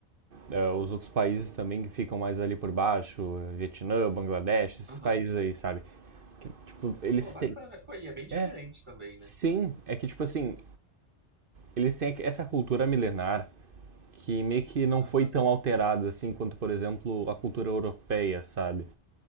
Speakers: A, on the right; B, on the right.
A: eh, os outros países também que ficam mais ali por baixo, Vietnã, Bangladesh, esses
B: Aham.
A: países aí, sabe? Tipo, eles
B: Pô, bacana.
A: têm.
B: Pô, e é bem diferente
A: É,
B: também,
A: sim.
B: né?
A: É que, tipo assim, eles têm essa cultura milenar que meio que não
B: Aham.
A: foi tão alterada assim quanto, por exemplo, a cultura europeia, sabe?